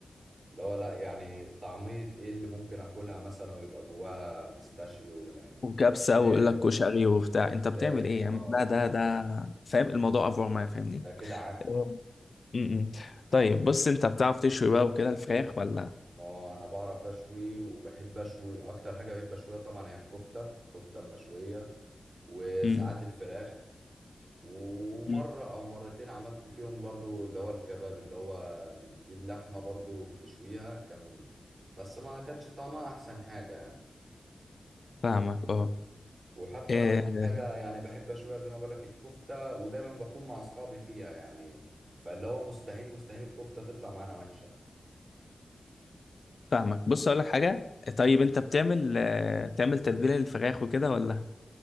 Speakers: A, on the right; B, on the left.
A: اللي هو لا يعني طعمية ايه اللي ممكن اكلها مثلا ويبقى جواها بيستاشيو يعني
B: وكبسه
A: ازاي
B: ويقول لك كشري وبتاع
A: ازاي
B: انت بتعمل ايه
A: اه
B: يا عم لا
A: يعني
B: ده ده فاهم الموضوع افور معايا فاهمني
A: ده كده عك
B: آه. م-م. طيب بص انت بتعرف تشوي بقى وكده الفراخ ولا
A: اه انا بعرف اشوي وبحب اشوي اكتر حاجة بحب اشويها طبعا هي الكفتة الكفتة المشوية وساعات
B: م-م.
A: الفراخ ومرة
B: مم.
A: أو مرتين عملت فيهم برضو اللي هو الكباب اللي هو بتجيب لحمة برضو بتشويها كان بس ما كانش طعمها أحسن حاجة يعني
B: فاهمك اه
A: وحتى
B: آه،
A: أنا أكتر حاجة يعني بحب أشويها زي ما بقولك الكفتة ودايما بكون مع أصحابي فيها يعني فاللي هو مستحيل مستحيل الكفتة تطلع معانا وحشة
B: فاهمك بص اقول لك حاجه طيب انت بتعمل آه، تعمل تتبيله للفراخ وكده ولا